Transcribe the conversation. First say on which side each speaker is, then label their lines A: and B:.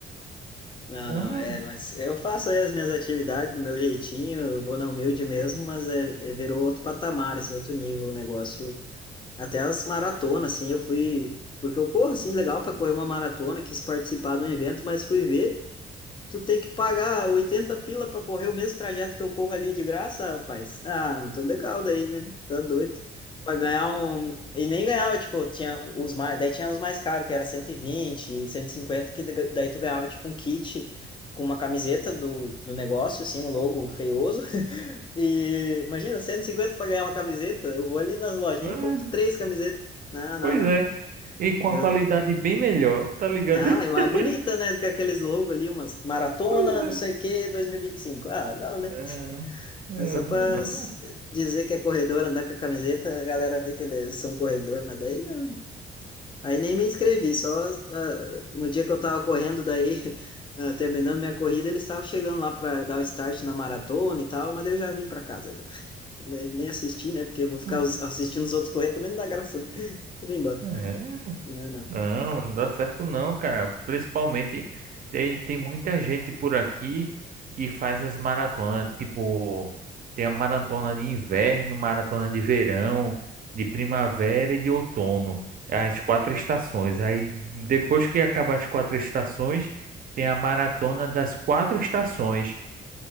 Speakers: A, on the left; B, on the right.
A: Não,
B: Não,
A: não, é, mas eu faço aí as minhas atividades do meu jeitinho, eu vou na humilde mesmo, mas é, é- virou outro patamar, assim, outro nível o negócio. Até as maratonas, assim, eu fui. Porque eu corro, assim, legal para correr uma maratona, quis participar de um evento, mas fui ver. tu tem que pagar 80 pila pra correr o mesmo trajeto que eu corro ali de graça, rapaz. Ah, não tô legal daí, né? Tá doido. Pra ganhar um. E nem ganhava, tipo, tinha os mais. Daí tinha os mais caros, que era cento cento e vinte, cento e cinquenta que da- daí tu ganhava, tipo, um kit com uma camiseta do, do negócio, assim, um logo feioso. <laughs> E imagina, 150 pra ganhar uma camiseta. Eu vou ali nas lojinhas
B: mas-
A: e compro três camisetas. Não, não,
B: pois
A: não.
B: é. E com
A: Eu
B: a qualidade bem melhor, tá ligado?
A: não,
B: <laughs>
A: é mais bonita, né? Do que aqueles logos ali, umas maratona,
B: Pois
A: não
B: é.
A: sei o que, dois mil e vinte e cinco Ah, não, né?
B: Não, eu
A: É só
B: não,
A: pra
B: não,
A: s- dizer que é corredor, andar com a camiseta, a galera vê que eles são corredor, mas daí não. Aí nem me inscrevi, só ah, no dia que eu tava correndo, daí, <laughs> ah, terminando minha corrida, eles estavam chegando lá pra dar o start na maratona e tal, mas daí eu já vim pra casa. já. Nem, nem assisti, né? Porque eu vou ficar
B: não.
A: os- assistindo os outros correr também não dá graça. né? <laughs> Eu vim embora.
B: é.
A: Não, é, não.
B: Não, não dá certo não, cara. Principalmente tem, tem muita gente por aqui que faz as maratonas, tipo, tem a maratona de inverno, maratona de verão, de primavera e de outono, as quatro estações. Aí depois que acabar as quatro estações, tem a maratona das quatro estações.